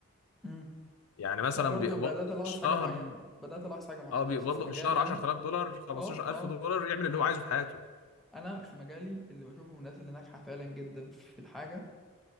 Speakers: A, in the centre; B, on the left.
A: امم
B: يعني مثلا
A: وانا برضو
B: بيقبض
A: بدات
B: له
A: الاحظ
B: في الشهر
A: حاجه معينه بدات الاحظ حاجه معينه
B: اه بيقبض
A: مثلا في
B: له
A: مجالي
B: في الشهر 10000
A: انا
B: دولار 15000
A: اه اه
B: دولار يعمل اللي هو عايزه في حياته
A: انا في مجالي اللي بشوفه من الناس اللي ناجحه فعلا جدا في الحاجه